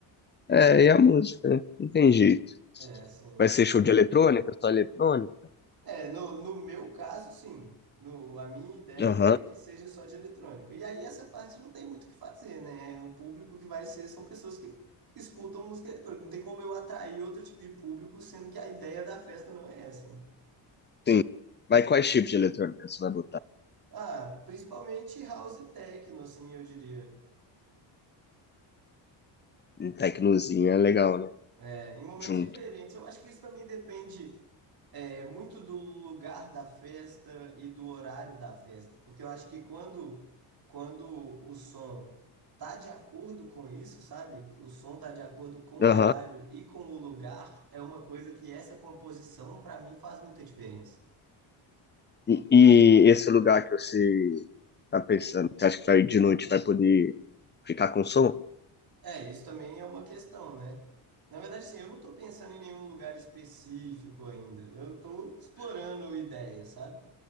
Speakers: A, on the left (about 25°); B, on the right (about 50°).
A: É, e a música, né? Não tem jeito.
B: É, sim.
A: Vai ser show de eletrônica, só eletrônica?
B: É, no, no meu caso, sim. No, a minha ideia
A: Aham,
B: é que seja só de eletrônica. E aí essa parte não tem muito o que fazer, né? O público que vai ser são pessoas que escutam música eletrônica. Não tem como eu atrair outro tipo de público, sendo que a ideia da festa não é essa, né?
A: sim. Mas quais tipos de eletrônica você vai botar?
B: Ah, principalmente house e techno, assim, eu diria.
A: Um tecnozinho é legal, né?
B: É, em momentos
A: Junto.
B: diferentes. Eu acho que isso também depende. É muito do lugar da festa e do horário da festa, porque eu acho que quando quando o som tá de acordo com isso, sabe? O som tá de acordo com o
A: Aham.
B: horário e com o lugar, é uma coisa que essa composição para mim faz muita diferença.
A: E, e esse lugar que você tá pensando, você acha que vai de noite vai poder ficar com som?
B: É, isso também é uma questão, né? Na verdade, assim, eu não tô pensando em nenhum lugar específico ainda. Eu tô explorando ideias, sabe?